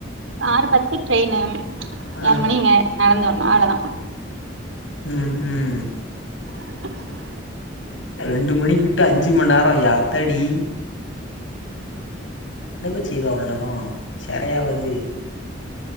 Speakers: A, on the right; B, on the left.
A: ஆறு பத்து ட்ரெயினு
B: ஆ
A: ஏழு மணிங்க நடந்து வரணோ அவ்ளதா
B: ம் ம்
A: <inaudible>
B: ரெண்டு மணிக்கு விட்டு அஞ்சு மணி நேரோ எ யாத்தாடி என்னப செய்வா அவ்ளோ நேரோ செரையாவது